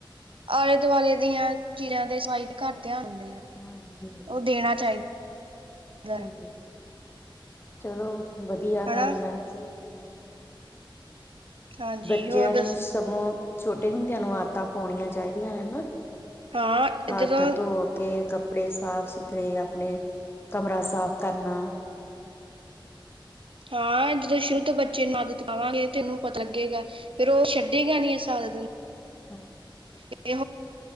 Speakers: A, on the right (about 80°); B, on the left (about 25°).
A: ਆਲੇ ਦੁਆਲੇ ਦੀਆਂ ਚੀਜ਼ਾਂ ਦੇ ਸਈ ਘੱਟ, ਧਿਆਨ ਦੇ ਆ
B: ਹਾਂਜੀ
A: ਉਹ ਦੇਣਾ ਚਾਹੀਦਾ।
B: ਤੇ ਚਲੋ ਵਧੀਆ
A: ਹਨਾ
B: ਗੱਲ ਹੈ।
A: ਹਾਂਜੀ
B: ਬੱਚਿਆਂ
A: ਹੋਰ ਦੱਸੋ
B: ਨੂੰ ਸਗੋਂ ਛੋਟੇ ਹੁੰਦਿਆਂ ਨੂੰ ਆਦਤਾਂ ਪਾਣੀਆਂ ਚਾਹੀਦੀਆਂ ਹਨਾ।
A: ਹਾਂ
B: ਹੱਥ
A: ਜਦੋਂ
B: ਧੋ ਕੇ ਕੱ ਆਪਣੇ ਸਾਫ਼ ਸੁਥਰੇ ਆਪਣੇ ਕਮਰਾ ਸਾਫ਼ ਕਰਨਾ
A: ਹਾਂ ਜਦੋਂ ਸ਼ੁਰੂ ਤੋਂ ਬੱਚੇ ਨੂੰ ਆਦਤ ਪਾਵਾਂਗੇ ਤੇ ਉਹਨੂੰ ਪਤਾ ਲੱਗੇਗਾ ਫੇਰ ਉਹ ਛੱਡੇਗਾ ਨੀ ਅ ਸਾਲ <inaudible>
B: <unintelligible>
A: <unintelligible> ਤੇ